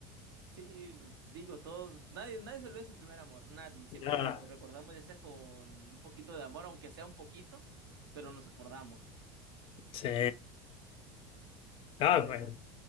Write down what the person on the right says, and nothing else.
Sí, digo, todos, nadie, nadie se olvida de su primer amor, nadie. Siempre
lo recordamos ya sea con un poquito de amor, aunque sea un poquito, pero nos acordamos.
Bueno,